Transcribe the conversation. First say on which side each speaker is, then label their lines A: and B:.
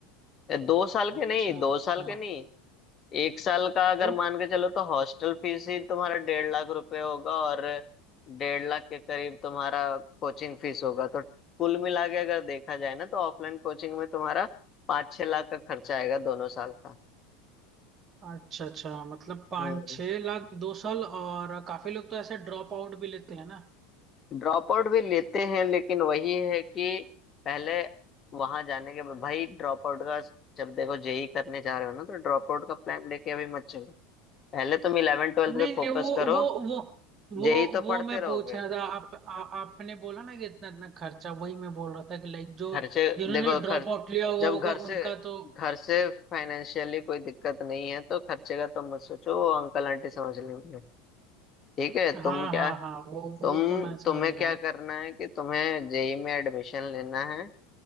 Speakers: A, on the left; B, on the right.
A: ए, दो साल के
B: अच्छा
A: नहीं दो
B: अच्छा
A: साल के नहीं एक साल का अगर
B: तो
A: मान के चलो तो हॉस्टल फीस ही तुम्हारा डेढ़ लाख रुपए होगा और डेढ़ लाख के करीब तुम्हारा कोचिंग फीस होगा तो कुल मिला के अगर देखा जाए ना तो ऑफलाइन कोचिंग में तुम्हारा पाँच छह लाख का खर्चा आएगा दोनों साल का
B: अच्छा अच्छा मतलब पाँच
A: हम्म
B: छह लाख दो साल और काफी लोग तो ऐसे ड्रॉप आउट भी लेते हैं ना
A: ड्रॉप आउट भी लेते हैं लेकिन वही है कि पहले वहां जाने के बाद भाई ड्रॉप आउट का जब देखो जेई करने जा रहे हो ना तो ड्रॉप आउट का प्लान लेके अभी मत चलो पहले तुम इलेवन ट्वेल्थ
B: नहीं
A: पे
B: नहीं
A: फोकस
B: वो
A: करो
B: वो वो
A: जेई
B: वो
A: तो
B: वो
A: पढ़ते
B: मैं
A: रहोगे
B: पूछ रहा था आप आ, आपने बोला ना कि इतना इतना खर्चा वही मैं बोल रहा था कि लाइक जो
A: खर्चे
B: जिन्होंने
A: देखो
B: ड्रॉप
A: खर्च
B: आउट लिया हुआ
A: जब
B: होगा
A: घर से
B: उनका तो
A: घर से फाइनेंशियली कोई दिक्कत नहीं है तो खर्चे का तुम मत सोचो वो अंकल आंटी समझ लेंगे ठीक है
B: हाँ
A: तुम क्या
B: हाँ हाँ वो
A: तुम
B: वो तो मैं समझ
A: तुम्हें
B: रहा
A: क्या
B: हूँ
A: करना है कि तुम्हें जेई में एडमिशन लेना है